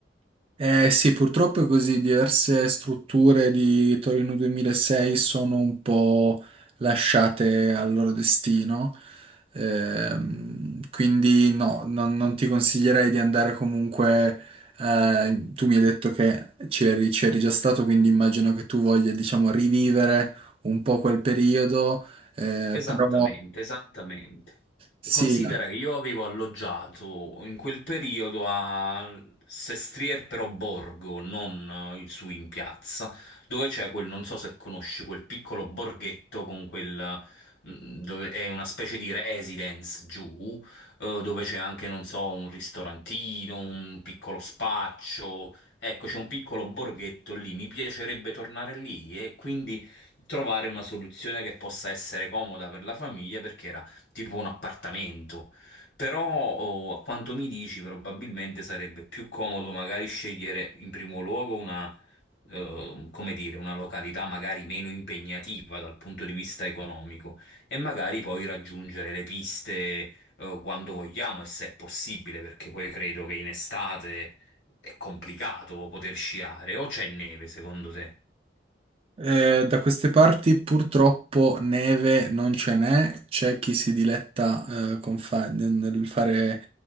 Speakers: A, on the right; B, on the left.
A: Eh sì, purtroppo è così, diverse strutture di Torino 2006 sono un po' lasciate al loro destino, Ehm, quindi no, non, non ti consiglierei di andare comunque, eh, tu mi hai detto che c'eri c'eri già stato, quindi immagino che tu voglia, diciamo, rivivere un po' quel periodo, eh,
B: Esattamente,
A: però
B: esattamente.
A: sì,
B: E Considera che io avevo alloggiato in quel periodo a Sestrier però Borgo, non eh, su in piazza, dove c'è quel, non so se conosci, quel piccolo borghetto con quel, mm, dove è una specie di residence giù, eh, dove c'è anche, non so, un ristorantino, un piccolo spaccio. Ecco, c'è un piccolo borghetto lì, mi piacerebbe tornare lì e quindi trovare una soluzione che possa essere comoda per la famiglia perché era tipo un appartamento. Però, oh, a quanto mi dici, probabilmente sarebbe più comodo magari scegliere in primo luogo una, eh, come dire, una località magari meno impegnativa dal punto di vista economico e magari poi raggiungere le piste, eh, quando vogliamo e se è possibile, perché poi credo che in estate è complicato poter sciare o c'è neve, secondo te?
A: Eh, da queste parti purtroppo neve non ce n'è, c'è chi si diletta eh, con fa- nel fare